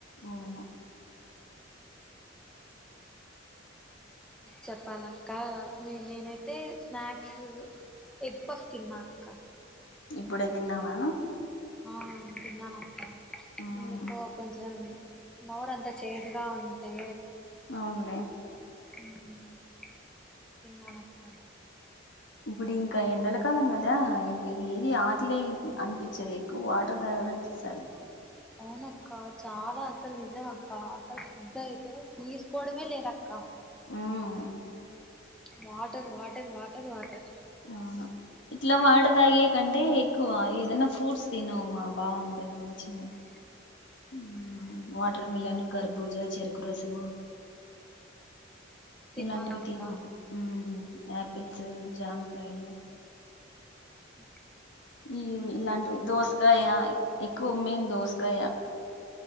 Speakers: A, on the left; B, in the centre.
A: అవును
B: చెప్పాలక్క నేనైతే స్నాక్స్ ఎగ్ పఫ్ తిన్నా అక్క.
A: ఇప్పుడే తిన్నావా.
B: ఆహ్ తిన్నాను అక్క
A: మ్మ్
B: ఎందుకో కొంచెం నోరుంతా చేదుగా ఉంటే.
A: అవునులే.
B: ఉమ్ తిన్నాను అక్క.
A: ఇప్పుడీ ఇంకా ఎండాలా. ఎండాకాలం గద ఇక ఏది ఆకలేయిద్ది. అనిపించేది ఎక్కువ వాటర్ తాగాల అనిపిస్తది
B: అవునక్క చాలా అసలు నిజం అక్క అస. అ ఫుడ్ అయితే తీసుకోవడమే లేదు. అక్క
A: ఆహ్
B: వాటర్ వాటర్ వాటర్ వాటర్.
A: అవును ఇట్లా వాటర్ తాగే కంటే ఎక్కువ ఏది. ఏదైనా ఫ్రూట్స్ తిను మా బాగుంటది మంచిగా.
B: <inaudible>
A: ఉమ్ వాట్. వాటర్ మిలన్, కర్బూజ, చెరుకు రసము.
B: తినాలక్క
A: ఇలాంటివి తిను ఉమ్ ఆపిల్స్. జామకాయలు.
B: ఉమ్
A: ఇవి ఇలాంటివి దోసకాయ. ఎక్కువ మెయిన్ దోసకాయా.